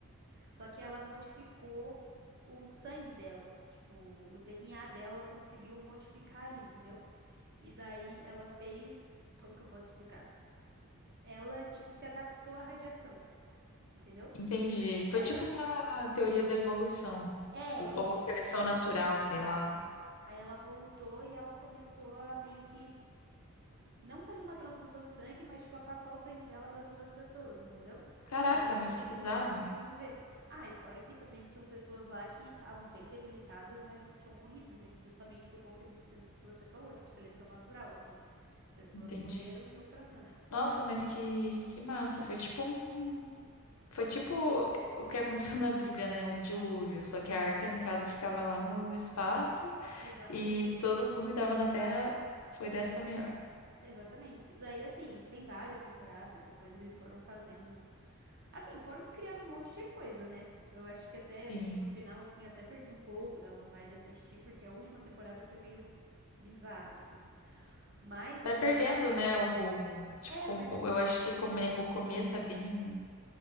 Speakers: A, on the right (about 50°); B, on the left (about 85°).
A: só que ela modificou o sangue dela, tipo, o DNA dela ela conseguiu modificar ali, entendeu? E daí ela fez, como que eu posso explicar? Ela, tipo, se adaptou à radiação. Entendeu?
B: entendi.
A: Daí
B: Foi tipo
A: ela.
B: uma teoria da evolução,
A: É
B: os-
A: isso,
B: ou seleção natural,
A: exato.
B: sei lá.
A: Aí ela voltou e ela começou a meio que não fazer uma transfusão de sangue, mas tipo a passar o sangue dela para as outras pessoas, entendeu?
B: Caraca,
A: Aí todo
B: mas que
A: mundo
B: bizarro.
A: conseguiu viver. Ah, e fora que também tinham pessoas lá que estavam bem debilitadas, mas não tinham morrido, né? Justamente por conta disso que você falou, tipo seleção natural, assim. Pessoas
B: Entendi.
A: morreram e outras não,
B: Nossa,
A: entendeu?
B: mas que, que massa. Foi tipo um. Foi tipo o que aconteceu na Bíblia, né? O dilúvio. Só que a arca, no caso, ficava lá no, no espaço
A: Exatamente.
B: e todo mundo que estava na Terra foi dessa pra melhor.
A: Exatamente. Daí, assim, tem várias temporadas. Depois eles foram fazendo Assim, foram criando um monte de coisa, né? Eu acho que até,
B: Sim.
A: tipo, no final, assim, até perdi um pouco da vontade de assistir, porque a última temporada foi meio bizarra, assim. Mas
B: Vai
A: a série
B: perdendo,
A: em si,
B: né, o rumo. Tipo,
A: é
B: com-
A: porque.
B: eu acho que come- o começo é bem